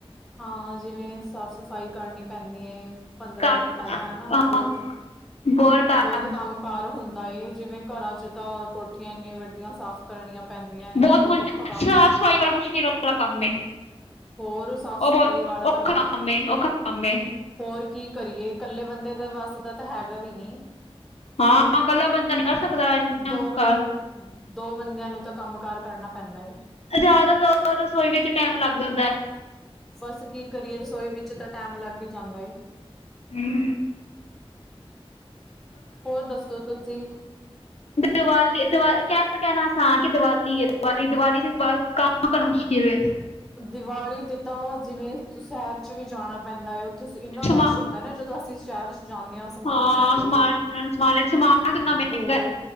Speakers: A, in the centre; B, on the left (about 80°).
A: ਹਾਂ ਜਿਵੇਂ ਸਾਫ਼-ਸਫ਼ਾਈ ਕਰਨੀ ਪੈਂਦੀ ਏ। ਪੰਦਰਾਂ
B: ਘਰ
A: ਦਿਨ ਪਹਿਲਾਂ ਐਨਾ
B: ਅਹ,
A: ਬਹੁਤ-ਬਹੁਤ
B: ਹੋਰ ਘਰ
A: ਕੰਮ ਕਾਰ ਹੁੰਦਾ ਏ ਜਿਵੇਂ ਘਰਾਂ 'ਚ' ਤਾਂ ਕੋਠੀਆਂ ਇੰਨੀਆਂ ਵੱਡੀਆਂ ਸਾਫ਼ ਕਰਨੀਆਂ। ਪੈਂਦੀਆਂ ਨੇ
B: ਬਹੁਤ ਮਜ਼ਾ
A: ਔਖਾ ਕੰਮ
B: ਸਾਫ਼-ਸਫ਼ਾਈ
A: ਏ
B: ਵਾਲਾ ਮੁਸ਼ਕਿਲ ਵਾਲਾ ਕੰਮ ਏ।
A: ਹੋਰ ਸਾਫ਼
B: ਉਹ
A: ਸਫ਼ਾਈ
B: ਬਹੁਤ
A: ਵਾਲਾ
B: ਔਖਾ
A: ਤਾਂ
B: ਕੰਮ ਏ, ਔਖਾ ਕੰਮ ਏ।
A: ਹੋਰ ਕੀ ਕਰੀਏ ਇਕੱਲੇ ਬੰਦੇ ਦੇ ਵੱਸ ਦਾ ਤਾਂ ਹੈਗਾ ਵੀ ਨੀ।
B: ਹਾਂ ਇਕੱਲਾ ਬੰਦਾ ਨੀ ਕਰ ਸਕਦਾ, ਇਨ੍ਹਾਂ‌
A: ਦੋ ਬੰ
B: ਕ
A: ਦੋ ਬੰਦਿਆਂ ਨੂੰ ਤਾਂ ਕੰਮ-ਕਾਰ ਕਰਨਾ ਪੈਂਦਾ ਏ।
B: ਜ਼ਿਆਦਾਤਰ ਰਸੋਈ ਵਿੱਚ ਟਾਈਮ ਲੱਗ ਜਾਂਦਾ।
A: ਬੱਸ ਕੀ ਕਰੀਏ ਰਸੋਈ ਵਿੱਚ ਤਾਂ ਟੈਮ ਲੱਗ ਈ ਜਾਂਦਾ ਏ।
B: ਹਮ।
A: ਹੋਰ ਦੱਸੋ ਤੁਸੀਂ
B: ਦੀਵਾਲੀ-ਦੀਵਾਲੀ, ਕਹਿਣਾ-ਕਹਿਣਾ ਆਸਾਨ ਕਿ ਦੀਵਾਲੀ ਏ ਦੀਵਾਲੀ, ਦੀਵਾਲੀ ਤੇ ਕੰਮ ਕਰਨਾ ਮੁਸ਼ਕਿਲ ਏ।
A: ਦੀਵਾਲੀ ਤੇ ਤਾਂ ਜਿਵੇਂ ਸ਼ਹਿਰ 'ਚ' ਵੀ ਜਾਣਾ ਪੈਂਦਾ ਏ ਉੱਥੇ ਇੰਨਾ
B: ਸਮਾ
A: ਰਸ਼ ਹੁੰਦਾ ਨਾ ਜਦੋਂ ਤੇ ਅਸੀਂ ਸ਼ਹਿਰ 'ਚ' ਜਾਂਣੇ ਆ ਸਮਾਨ
B: ਹਾਂ
A: ਲੈਣ ਲਈ,
B: ਸਮਾਨ ਸਮਾਨ ਸਮਾਨ ਕਿੰਨਾ ਮਹਿੰਗਾ
A: ਬਹੁਤ